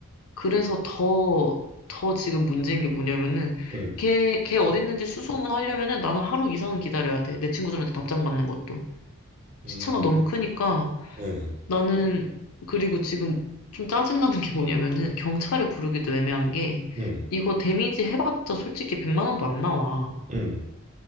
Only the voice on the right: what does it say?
응,
응,
응,
응,
응.